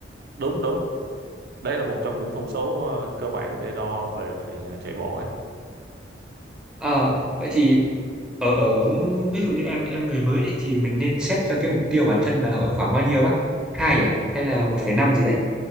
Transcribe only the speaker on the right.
đúng đúng đây là một trong những thông số ờ, cơ bản để đo về về ờ, chạy bộ ấy